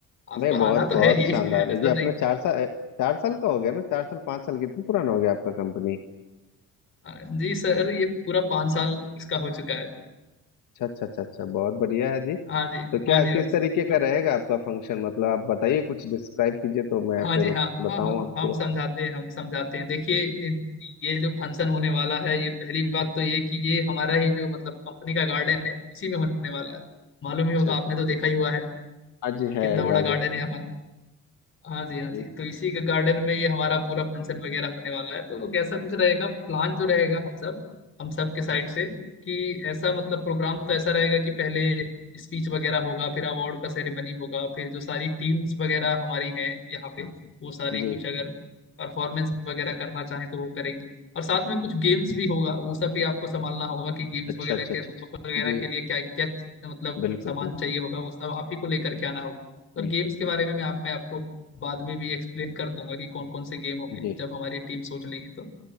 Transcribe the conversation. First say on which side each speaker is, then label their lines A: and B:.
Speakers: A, on the left; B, on the left.
A: आपको
B: नहीं बहुत
A: आना तो
B: बहुत
A: है ही
B: शानदार
A: <laughs> ऐसा
B: है ये अपना
A: नहीं
B: चार साल चार साल का हो गया ना चार साल पाँच साल कितना पुराना हो गया आपका कंपनी
A: अ, जी सर ये पूरा पाँच साल इसका हो चुका है
B: अच्छा अच्छा अच्छा अच्छा बहुत बढ़िया है जी
A: हाँ जी
B: तो क्या
A: हाँ जी भाई
B: किस
A: साहब,
B: तरीके का
A: हाँ
B: रहेगा आपका फंक्शन मतलब आप बताइए कुछ डिस्क्राइब कीजिए तो मैं
A: हाँ
B: फिर
A: जी हाँ हाँ
B: बताऊं
A: हाँ
B: आपको
A: हम समझाते हैं हम समझाते हैं देखिए इन- ये जो फंक्शन होने वाला है ये पहली बात तो ये कि ये हमारा ही जो मतलब कंपनी का गार्डन है इसी में होने वाला है मालूम ही
B: अच्छा
A: होगा
B: अच्छा
A: आपने तो देखा ही हुआ है
B: हाँ जी है
A: कितना बड़ा
B: गार्डन
A: गार्डन
B: है
A: है हमारा हाँ जी हाँ
B: जी
A: जी तो इसी के गार्डन में ये हमारा पूरा फंक्शन वगैरह होने वाला है तो कैसा कुछ रहेगा प्लान जो रहेगा हम सब हम सब के साइड से कि ऐसा मतलब प्रोग्राम तो ऐसा रहेगा कि पहले स्पीच वगैरह होगा फिर अवार्ड का सेरेमनी होगा फिर जो सारी टीम्स वगैरह हमारी हैं यहाँ पे
B: हाँ जी
A: वो सारी
B: जी
A: कुछ अगर परफॉर्मेंस वगैरह करना चाहें तो वो करेंगे और साथ में कुछ गेम्स भी होगा वो सब भी आपको संभालना होगा कि गेम्स
B: अच्छा
A: वगैरह
B: अच्छा
A: के
B: अच्छा अच्छा
A: वगैरह
B: जी
A: के लिए क्या क्या मतलब
B: बिल्कुल
A: सामान
B: बिल्कुल
A: चाहिए होगा वो सब आप ही को लेकर के आना होगा और
B: बिल्कुल
A: गेम्स के बारे में मैं आप मैं आपको बाद में भी एक्सप्लेन कर दूंगा कि कौन कौन से गेम होंगे
B: जी
A: जब हमारी टीम सोच लेगी तो